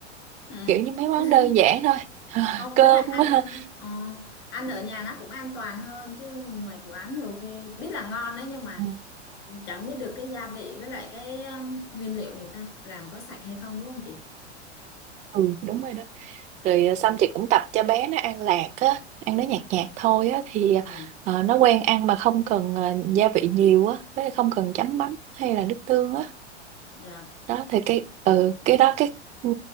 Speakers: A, on the left; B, on the right.
A: Ừ.
B: kiểu như mấy món
A: <laughs>
B: đơn giản thôi <laughs>
A: Không
B: cơm
A: với lại ăn
B: <laughs>
A: ờ, ăn ở nhà nó cũng an toàn hơn chứ ngoài quán nhiều khi biết là ngon đấy nhưng mà
B: Ừ,
A: chẳng biết được cái gia vị với lại cái um, nguyên liệu người ta làm có sạch hay không đúng không chị?
B: ừ, đúng rồi đó rồi ờ, xong chị cũng tập cho bé nó ăn lạc á ăn nó nhạt nhạt thôi á thì
A: Ừ.
B: ờ, nó quen ăn mà không cần ờ, gia vị nhiều á với lại không cần chấm mắm hay là nước tương á
A: Dạ.
B: đó thì cái ừ, cái đó cái ừ,